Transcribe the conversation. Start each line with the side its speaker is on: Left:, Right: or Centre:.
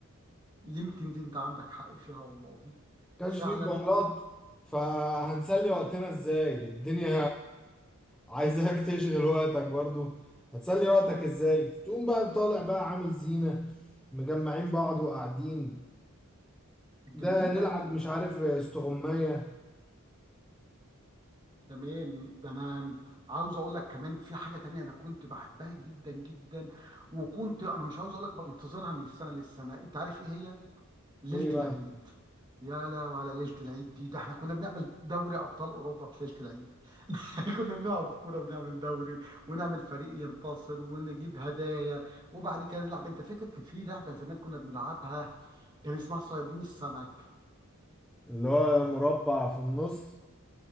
Right: يمكن دي انت عندك حق فيها والله
Centre: ما
Right: فعلا
Centre: كانش فيه موبايلات فهنسلي وقتنا ازاي الدنيا عايزاك تشغل وقتك برضو هتسلي وقتك ازاي تقوم بقى طالع بقى عامل زينة مجمعين بعض وقاعدين ده
Right: جميل
Centre: نلعب
Right: قوي
Centre: مش عارف استغماية
Right: تمام ده انا عاوز اقول لك كمان في حاجة تانية انا كنت بحبها جدا جدا وكنت انا مش عاوز اقول لك بنتظرها من السنة للسنة انت عارف ايه هي؟ ليلة
Centre: ايه بقى
Right: العيد يا لا وعلى ليلة العيد دي ده احنا كنا بنعمل دوري أبطال أوروبا في ليلة العيد <laughs> كنا بنلعب كورة ونعمل دوري ونعمل فريق ينتصر ونجيب هدايا وبعد كده نلعب انت فاكر كان في لعبة زمان كنا بنلعبها كان اسمها صيادين السمك
Centre: اللي هو مربع في النص